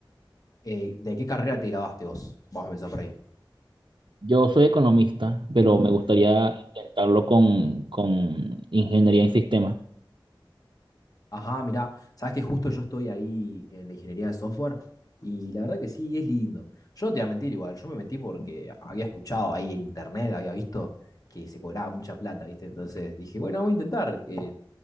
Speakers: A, on the left; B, on the right.
A: Eh, ¿de qué carrera te graduaste vos? Vamos a empezar por ahí.
B: Yo soy economista, pero
A: Uf.
B: me gustaría intentarlo con, con ingeniería en sistemas.
A: Ajá, mirá, sabes que justo yo estoy ahí en la ingeniería de software y la verdad que sí, es lindo. Yo no te voy a mentir igual, yo me metí porque había escuchado ahí en internet, había visto que se cobraba mucha plata, ¿viste? Entonces dije, bueno, vamos a intentar. eh,